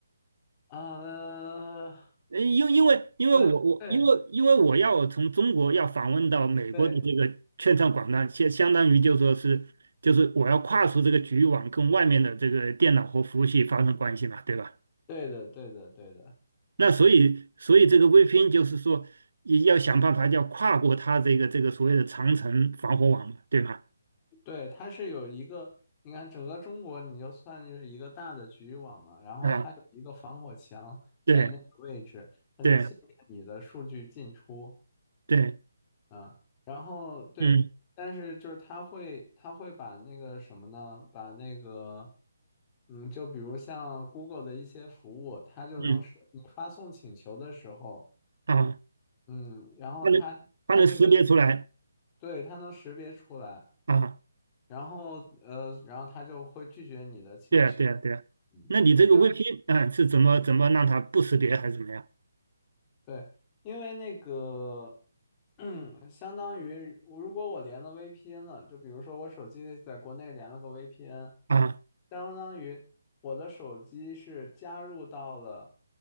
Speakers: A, on the left; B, on the right.
A: 啊，呃
B: 呃，因因为因为我我因为因为我要从中国要访问到美国的这个券商广站，
A: 和对对
B: 相相当于就说是就是我要跨出这个局域网，跟外面的这个电脑和服务器发生关系嘛，对吧？
A: 对的对的对的
B: 那所以所以这个 VPN 就是说也要想办法要跨过它这个这个所谓的长城防火网嘛，对吗？
A: 对，它是有一个，你看整个中国你就算是一个大的局域网嘛，然后它有一个防火墙在那个位置，
B: 啊，对
A: 它就限制你的数据进出。
B: 对对，
A: 啊，然后对，
B: 嗯
A: 但是就是他会他会把那个什么呢？把那个，嗯，就比如像 Google 的一些服务，它就能识你发送请求的时候，
B: 嗯啊，
A: 嗯，然后它它这个
B: 它能它能识别出来
A: 对它能识别出来，
B: 啊，
A: 然后呃，然后它就会拒绝你的请求，
B: 对啊对啊对啊，
A: 嗯，
B: 那你这个
A: 因为
B: VP 啊是怎么怎么让它不识别还是怎么样
A: 对，因为那个，<clears throat> 相当于如果我连了 VPN 了，就比如说我手机在国内连了个 VPN，
B: 啊？
A: 相当于我的手机是加入到了，